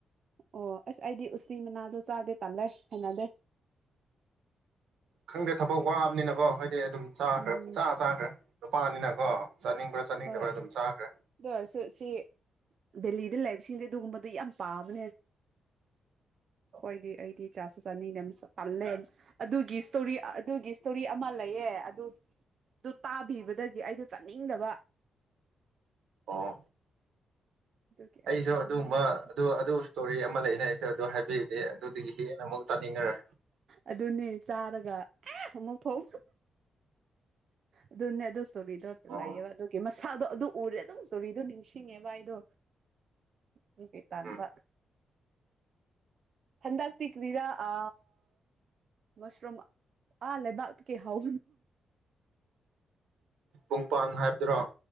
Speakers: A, on the right; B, on the right.
A: ꯑꯣ ꯑꯁ ꯑꯩꯗꯤ ꯎꯇꯤ ꯃꯅꯥꯗꯣ ꯆꯥꯗꯦ ꯇꯜꯂꯦ ꯍꯦꯟꯅꯖꯦ
B: ꯈꯪꯗ꯭ꯔꯦ ꯊꯕꯛ ꯋꯥꯕꯅꯤꯅ ꯑꯣ ꯍꯣꯏ ꯏ ꯑꯗꯨꯝ ꯆꯥꯈ꯭ꯔꯦ
A: ꯎꯝ
B: ꯆꯥ ꯆꯥꯈ꯭ꯔꯦ ꯅꯨꯄꯥꯅꯤꯅꯀꯣ ꯆꯥꯅꯤꯡꯕ꯭ꯔꯥ ꯆꯥꯅꯤꯡꯗꯕ꯭ꯔꯥ
A: ꯍꯣꯏ ꯑꯗꯨ
B: ꯑꯗꯨꯝ ꯆꯥꯈ꯭ꯔꯦ
A: ꯑꯣꯏꯔꯁꯨ ꯁꯤ ꯕꯦꯜꯂꯤ ꯑꯗꯨꯜ ꯂꯩꯕꯁꯤꯡꯗꯤ ꯑꯗꯨꯒꯨꯝꯕꯗꯨ ꯌꯥꯝ ꯄꯥꯕꯅꯦ ꯍꯣꯏꯗꯤ ꯑꯩꯗꯤ ꯆꯥꯁꯨ ꯆꯥꯅꯤꯡꯗꯦ ꯄꯜꯂꯦ ꯑꯗꯨꯒꯤ ꯏꯁꯇꯣꯔꯤ ꯑꯗꯨꯒꯤ ꯏꯁꯇꯣꯔꯤ ꯑꯃ ꯂꯩꯑ ꯑꯗꯨ ꯑꯗꯨ ꯇꯥꯕꯤꯕꯗꯒꯤ ꯑꯩꯗꯣ ꯆꯥꯅꯤꯡꯗꯕ
B: ꯑꯥ
A: ꯑꯗꯨꯒꯤ ꯑꯩꯗꯣ
B: ꯑꯩꯁꯨ
A: ꯆꯥꯅꯤꯡꯗꯕꯅꯤꯗ
B: ꯑꯗꯨꯒꯨꯝꯕ ꯑꯗꯨ ꯑꯗꯨ ꯏꯁꯇꯣꯔꯤ ꯑꯃ ꯂꯩꯅ ꯑꯩꯁꯨ ꯑꯗꯨ ꯍꯥꯏꯕꯤꯔꯤꯗꯤ ꯑꯗꯨꯗꯒꯤ ꯍꯦꯟꯅ ꯑꯃꯨꯛ ꯆꯥꯅꯤꯡꯉꯔꯦ
A: ꯑꯗꯨꯅꯤ ꯆꯥꯔꯒ ꯑꯃꯨꯛ ꯐꯥꯎ ꯑꯗꯨꯣꯟꯅꯦ ꯑꯗꯨꯣ ꯗ
B: ꯑꯣ
A: ꯂꯥꯏꯌꯦꯕ ꯑꯗꯨ ꯒꯦꯃꯁ ꯏꯁꯗꯣ ꯑꯗꯨ ꯎꯔꯦ ꯑꯗꯨꯝ ꯖꯨꯔꯤꯗꯣ ꯅꯤꯡꯁꯤꯡꯉꯦ ꯚꯥꯏꯗꯣ ꯑꯗꯨꯒꯤ ꯇꯥꯟꯕ
B: ꯎꯝ
A: ꯍꯟꯗꯥꯛ ꯇ ꯀꯋꯔꯥ ꯑ ꯃꯁꯔꯨꯝꯝ ꯑꯥ ꯂꯩꯕꯥꯛ ꯀ ꯍꯥꯎ
B: ꯄꯨꯡꯄꯥꯟ ꯍꯥꯏꯕꯗ꯭ꯔꯥ